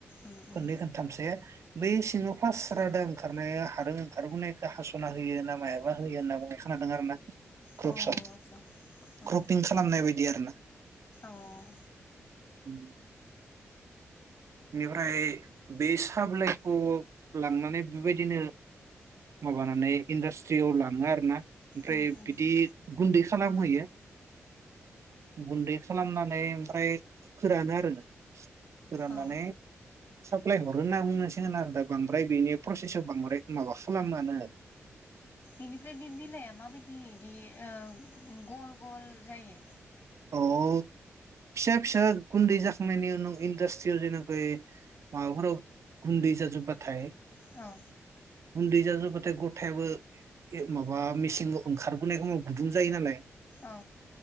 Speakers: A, on the left; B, on the right.
A: उम उम
B: खननै खनथामसे बै सिङाव फार्स्ट रादा ओंखारनाया हादों ओंखारबोनायखौ हास'ना होयो ना मायाबा होयो होनना बुंनाय खोनादों आरोना क्रपसआव
A: अ आदसा अ
B: क्रपिं खालामनाय बायदि आरोना
A: अ
B: उम बेनिफ्राय बे साबलाइखौ लांनानै बेबायदिनो माबानानै इन्डास्ट्रीयाव लाङो आरोना ओमफ्राय
A: उम उम
B: बिदि गुन्दै खालामहोयो गुन्दै खालामनानै ओमफ्राय फोरानो आरोना। फोराननानै
A: औ
B: साप्लाय हरो होनना बुंनोसिगोन आरो दा बांद्राय बेनि प्रसेसखौ बांद्राय माबा खालामानो।
A: इनिफ्राय बे बिलाइआ माबायदि इदि ओ गल गल जायो?
B: अ' फिसा फिसा गुन्दै जाखांनायनि उनाव इण्डास्ट्रियाव जेनखै माबाफोराव गुन्दै जाजोबबाथाय
A: औ
B: गुन्दै जाजोब बाथाय गथायाबो माबा मेचिन रोखोम ओंखारबोनायखौ गुदुं जायो नालाय।
A: औ